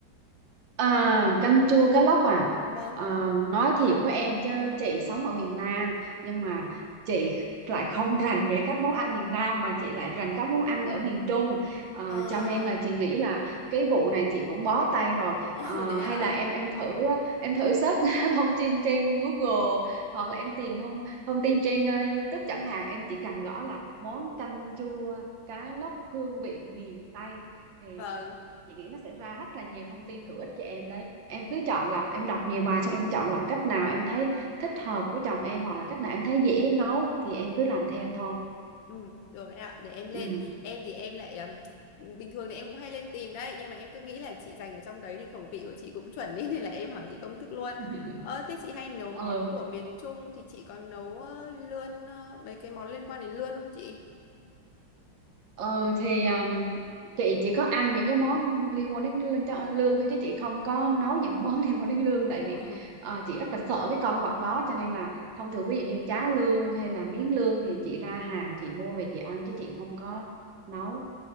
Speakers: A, on the right (about 70°); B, on the left (about 75°).
A: À, canh chua cá lóc à?
B: Vâng.
A: Ờ, nói thiệt với em chứ chị sống ở miền Nam nhưng mà chị lại không <laughs> rành về các món ăn miền Nam mà chị lại rành các món ăn ở miền Trung Ờ,
B: Ờ, <laughs>
A: cho nên là chị nghĩ là cái vụ này chị cũng bó tay rồi
B: Ồ,
A: Ờ,
B: thế à?
A: hay là em em thử em thử search <laughs> thông tin trên Google hoặc là em tìm thông thông tin trên ờ, YouTube chẳng hạn em chỉ cần gõ là món canh chua cá lóc hương vị miền Tây thì
B: Vâng,
A: chị nghĩ nó sẽ ra rất là nhiều thông tin hữu ích cho em đấy em cứ chọn lọc em đọc nhiều bài xong em chọn lọc cách nào em thấy thích hợp với chồng em hoặc là cách nào em thấy dễ nấu thì em cứ làm theo thôi
B: Ừ, được đấy ạ, để em lên.
A: ừ
B: Em thì em lại ừm, bình thường thì em cũng hay lên tìm đấy, nhưng mà em cứ nghĩ là chị dành ở trong đấy thì khẩu vị của chị cũng chuẩn ý <laughs> nên là em hỏi chị công thức luôn.
A: <laughs>
B: Ờ, thế chị hay nấu món
A: ừ
B: của miền Trung thì chị có nấu ờ, lươn ờ, mấy cái món liên quan đến lươn không chị?
A: ừ thì um, chị chỉ có ăn những cái món liên quan đến lương, cho- lương thôi chứ chị không có nấu những món <laughs> liên quan đến lương tại vì
B: Ờ,
A: ờ, chị rất là sợ cái con vật đó cho nên là thông thường ví dụ như cháo lương hay là miếng lương thì chị ra hàng chị mua về chị ăn chứ chị không có nấu